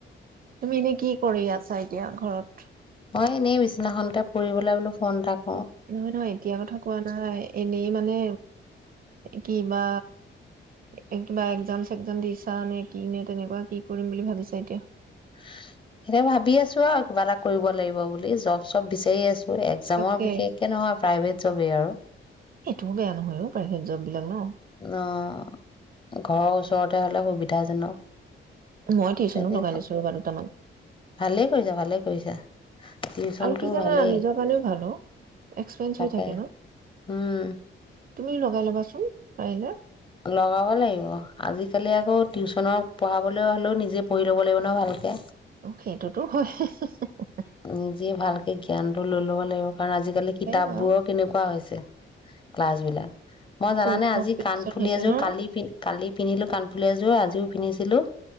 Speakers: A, on the right; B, on the left.
A: তুমি এনে কি কৰি আছ এতিয়া ঘৰত
B: মই এনেই বিচিনাখনতে পুৰিবলৈ বোলো ফোন এাক
A: নহয় নহয়, এতিয়া কথা কোৱা নাই, এনেই মানে কিবা এই কিবা একজাম চেকজাম দিছা নে কি নে তেনেকুৱা কি কৰিম বুলি ভাবিছো এতিয়া?
B: অহ, এতিয়া ভাবি আছোঁ আৰু কিবা এটা কৰিব লাগিব বুলি জব-চব বিচাৰি আছ একজামৰ
A: তাকে
B: বিশেষকে নহয়, প্ৰাইভেট জবেই আৰু।
A: এইটোও বেয়া নহয় অ', প্ৰাইভেট জব বিলাক ন।
B: অ', ঘৰৰ ওচৰতে হ'লে সুবিধাজনক।
A: মই টিউচন‌ও
B: তেনেকুৱা
A: লগাই লৈছোঁ ৰ'বা দুটামান
B: ভালেই কৰিছা ভালেই কৰিছা টিউচনটো
A: আৰু কি জানা।
B: ভালেই
A: নিজৰ কাৰণেও ভাল অ। এক্সপিৰিয়েঞ্চ
B: তাকে
A: হৈ থাকে ন।
B: উম
A: তুমিও লগাই লবা চ ‌উ, পাৰিলে।
B: লগাব লাগিব আজিকালি আকৌ টিউচনক পঢ়াবলৈ হ'লেও নিজে পঢ়ি ল'ব লাগিব ন ভালকে।
A: অ সেইটোত হয়। হে হে হে।
B: নিজে ভালকে জ্ঞানটো ল‌ই ল'ব লা লাগিব। কাৰণ আজিকালি কিতাপবোৰ‌ও
A: বাৰু
B: কেনেকুৱা হৈছে। ক্লাছবিলাক মই জানানে
A: খুব কম্পিটিচন
B: আজি কান ফুলি
A: হৈছে
B: এযোৰ
A: ন
B: কালি পিনি-কালি পিন্ধিলোঁ কাণ বোলে এযোৰ আজিও পিন্ধিছিলোঁ। অহ,